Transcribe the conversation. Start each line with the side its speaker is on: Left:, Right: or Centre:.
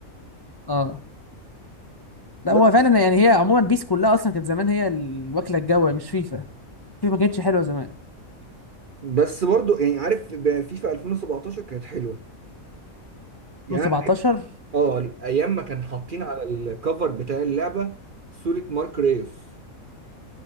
Left: اه لا
Right: بس
Left: هو فعلا يعني هي عموما بيس كلها اصلا كانت زمان هي الوكله الجوه مش فيفا فيفا ما كانتش حلوه زمان
Right: بس برضو يعني عارف ب- فيفا 2017 كانت حلوه يعني
Left: 2017
Right: اه ايام ما كان حاطين على الكفر بتاع اللعبه صوره مارك ريوس